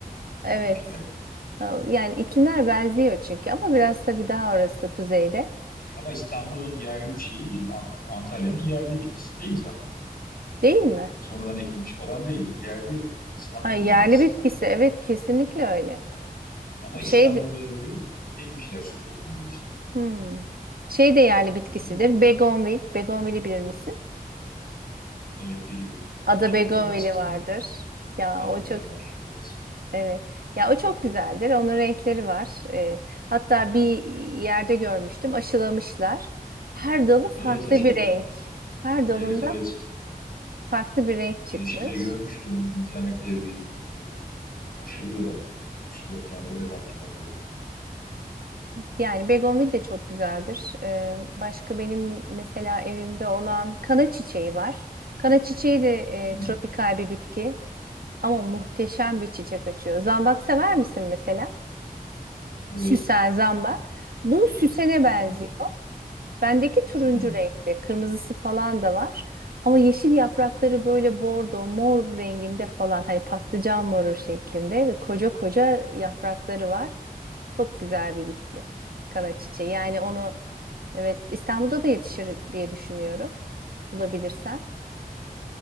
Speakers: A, on the right; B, on the left.
A: Evet.
B: ekmişlerdi.
A: Ha, Yani iklimler benziyor çünkü ama biraz tabii daha orası kuzeyde.
B: E, Ama İstanbul'un yerli şeyi değil. An- Antalya'nın yerli bitkisi değil mi zakkum?
A: Değil mi?
B: Sonradan ekilmiş falan değil. Yerli bitkisi. Akdeniz
A: Ha, yerli
B: bitkisi
A: bitkisi.
B: zaten zakkum.
A: Evet kesinlikle öyle.
B: He. Ama İstanbul'da
A: Şey, de-
B: öyle bir ekmişler süs olsun diye işte.
A: hmm. Şey de yerli
B: Ekiyorlar.
A: bitkisidir. Begonvil. Begonvil'i bilir misin?
B: Evet biliyorum.
A: Ada
B: Şeyde
A: Begonvil'i
B: de var İstanbul'da.
A: vardır. Ya
B: Adalarda
A: o çok
B: var. Evet.
A: Evet. Ya o çok güzeldir. Onun renkleri var. Ee, hatta bir yerde görmüştüm. Aşılamışlar. Her dalı farklı
B: Evet aşılanıyor.
A: bir renk. Her dalında
B: Evet evet.
A: farklı bir renk çıkmış.
B: Ee, şeyde görmüştüm internette bir video. Aşılıyorlar. Üç dört tane böyle farklı farklı.
A: Yani begonvil de çok güzeldir. Ee, başka benim mesela evimde olan kana çiçeği var. Kana çiçeği de
B: Hmm,
A: e, tropikal bir bitki. Ama muhteşem bir çiçek açıyor. Zambak sever misin mesela?
B: Evet.
A: Süsen, zambak. Bu süsene benziyor.
B: Evet.
A: Bendeki turuncu
B: Hmm,
A: renkte, kırmızısı falan da var. Ama yeşil yaprakları
B: güzelmiş.
A: böyle bordo, mor renginde falan. Hani patlıcan moru şeklinde ve koca koca yaprakları var. Çok güzel bir bitki. Kana çiçeği. Yani
B: Çok
A: onu
B: güzel.
A: evet İstanbul'da da yetişir diye düşünüyorum. Bulabilirsen.